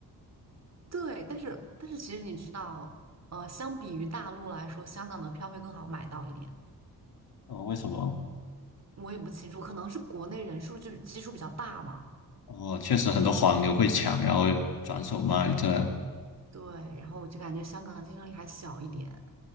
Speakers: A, on the right (about 45°); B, on the left (about 70°).
A: 对，但是但是其实你知道，呃，相比于大陆来说，香港的票会更好买到一点。
B: 哦，为什么？
A: 我也不清楚，可能是国内人数就基数比较大嘛。
B: 哦，确实很多黄牛会抢，然后转手卖这样。
A: 对，然后我就感觉香港的竞争力还小一点。